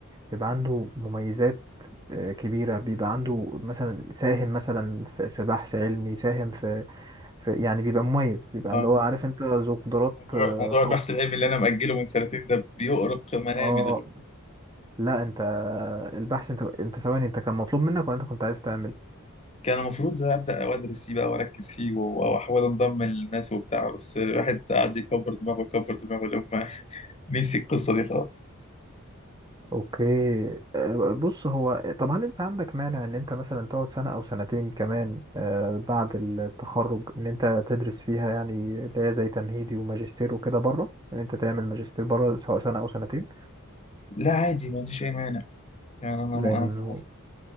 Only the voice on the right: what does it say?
بيبقى عنده مميزات آه، كبيرة بيبقى عنده مثلا ساهم مثلا في في بحث علمي ساهم في, في يعني بيبقى مميز بيبقى
اللي هو عارف انت ذو قدرات
آه،
خاصة
اه
لا انت البحث انت انت ثواني انت كان مطلوب منك ولا انت كنت عايز تعمل
اوكي آه، بص هو طب هل انت عندك مانع ان انت مثلا تقعد سنة او سنتين كمان آه، بعد التخرج ان انت تدرس فيها يعني اللي هي زي تمهيدي وماجستير وكده بره ان انت تعمل ماجستير بره سواء سنة او سنتين
لانه